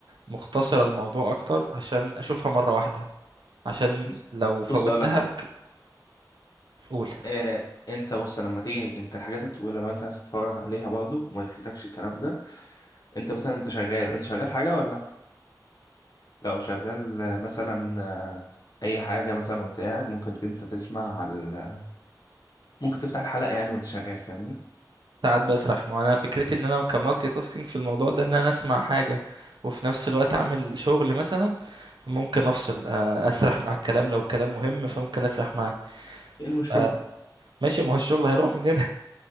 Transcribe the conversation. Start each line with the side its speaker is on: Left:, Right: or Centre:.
Right: مختصرة الموضوع أكتر عشان أشوفها مرة واحدة عشان
Left: بص
Right: لو فوتها
Left: بص اقول لك حاجه
Right: ممكن أقول
Left: آه انت بص لما تيجي انت الحاجات الطويله لو انت عايز تتفرج عليها برضو وما يفوتكش الكلام ده انت مثلا انت شغال انت شغال حاجه ولا لو شغال آه، مثلا آه، اي حاجه مثلا وانت قاعد ممكن انت تسمع على ممكن تفتح الحلقه يعني وانت شغال فاهمني
Right: ساعات بسرح ما هو أنا فكرتي إن أنا كمالتي تاسكينج في الموضوع ده إن أنا أسمع حاجة وفي نفس الوقت أعمل شغل مثلا ممكن أفصل آه، أسرح مع الكلام لو الكلام مهم فممكن أسرح معاه
Left: ايه المشكله
Right: آه، ماشي ما هو الشغل هيروح مننا